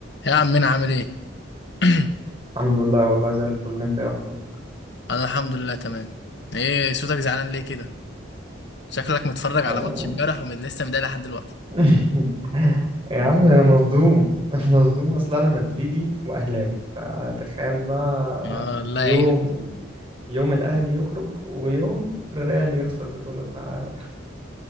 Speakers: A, on the left (about 60°); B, on the right (about 25°).
A: يا عم مين عامل ايه <clears throat>
B: الحمد لله والله زي الفل انت ايه اخبارك
A: انا الحمد لله تمام ايه صوتك زعلان ليه كده شكلك متفرج
B: آه.
A: على ماتش امبارح ولسه مضايق لحد دلوقتي
B: <laughs> يا عم مصدوم <laughs> مصدوم اصل انا مدريدي واهلاوي فتخيل بقى
A: آه الله
B: يوم
A: يعينك
B: يوم الاهلي يخرج ويوم الريال يخسر بطولة فحاجة